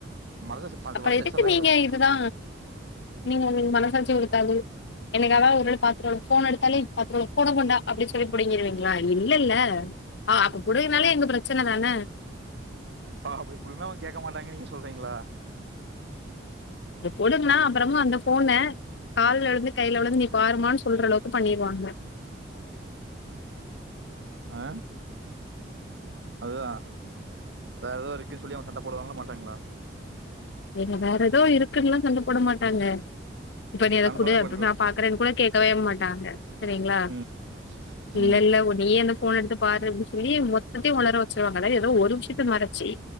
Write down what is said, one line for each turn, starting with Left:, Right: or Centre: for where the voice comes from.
Right: மனசு மனசு
Left: அப்பற
Right: மனசு
Left: எதுக்கு
Right: வச்சிருந்தாங்க
Left: நீங்க
Right: போச்சு
Left: இதுதா நீங்க ஒங்களுக்கு மனசாட்சி உறுத்தாது எனக்காக ஒரு தடவ பாத்தவங்களுக்கு போன் எடுத்தாலே பாத்தவங்களுக்கு போன கொண்டா அப்டின்னு சொல்லி புடிங்கிருவீங்ளா இல்லல்ல ஆ அப்ப புடுங்குனாலே இங்க பிரச்சனதான
Right: ஆ அப்டி புடுங்கனா அவுங்க கேக்க மாட்டாங்கன்னு நீங்க சொல்றீங்ளா
Left: இது புடுங்னா அப்பறமா அந்த ஃபோன கால்ல விழுந்து கையில விழுந்து நீ பாருமான்னு சொல்ற அளவுக்கு பண்ணிருவாங்க
Right: ஆ அதுதா வேற ஏதாவது இருக்குன் சொல்லி அவுங்க சண்ட போடுவாங்ளா மாட்டாங்ளா
Left: என்ன வேற ஏதோ இருக்குன்னுல்லா சண்ட போட மாட்டாங்க இப்ப நீ அது
Right: கன்ஃபார்மே
Left: குடு அப்ப
Right: பண்றேன்
Left: நா பாக்குறே கூட கேக்கவே மாட்ட தாங்க சேரிங்ளா
Right: ம்
Left: இல்ல
Right: ம்
Left: இல்ல உன்னையே அந்த ஃபோன எடுத்து பாரு அப்டின்னு சொல்லி மொத்ததையு ஒளர வச்சருவாங்கதா ஏதோ ஒரு விஷயத்த மறச்சி